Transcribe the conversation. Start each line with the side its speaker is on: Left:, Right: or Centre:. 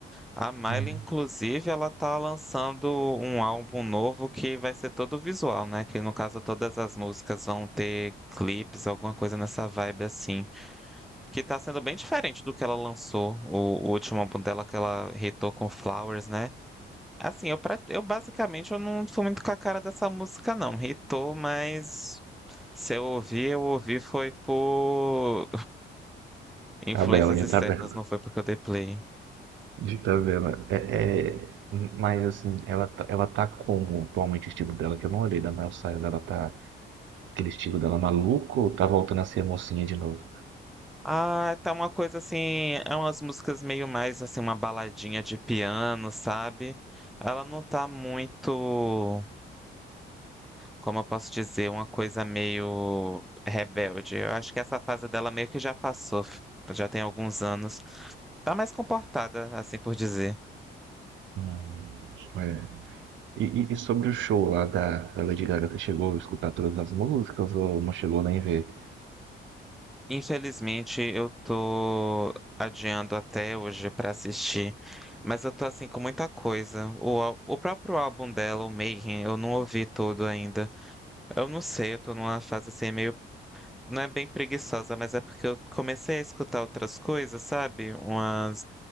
Centre: A Miley,
Right: É.
Centre: inclusive, ela tá lançando um álbum novo que vai ser todo visual, né? Que no caso todas as músicas vão ter clipes, alguma coisa nessa vibe assim. Que tá sendo bem diferente do que ela lançou, o, o último álbum dela que ela hitou com Flowers, né? Assim, eu, pra- eu basicamente eu não fui muito com a cara dessa música, não. Hitou, mas se eu ouvi, eu ouvi foi por influências
Right: Tabela, de
Centre: externas,
Right: tabela.
Centre: não foi porque eu dei play.
Right: De tabela. É, é- Mas assim, ela, tá- ela tá como atualmente o estilo dela, que eu não olhei da Miley Cyrus, ela tá. Aquele estilo dela maluco ou tá voltando a ser mocinha de novo?
Centre: Ah, tá uma coisa assim, é umas músicas meio mais assim, uma baladinha de piano, sabe? Ela não tá muito, como eu posso dizer, uma coisa meio rebelde. Eu acho que essa fase dela meio que já passou, f- já tem alguns anos. Tá mais comportada, assim por dizer.
Right: Hum, é. E, e- e sobre o show lá da, da Lady Gaga, você chegou a escutar todas as músicas ou não chegou nem ver?
Centre: Infelizmente, eu tô adiando até hoje pra assistir, mas eu tô assim com muita coisa. O, ál- o próprio álbum dela, o Mayhem, eu não ouvi todo ainda. Eu não sei, eu tô numa fase assim meio. Não é bem preguiçosa, mas é porque eu comecei a escutar outras coisas, sabe? Umas